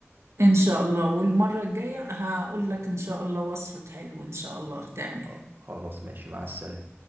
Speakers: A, on the right (about 70°); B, on the right (about 45°).
A: ان شاء الله والمرة الجاية هقول لك ان شاء الله وصفة حلو ان شاء الله تعمله
B: خ- خلاص ماشي مع السلامة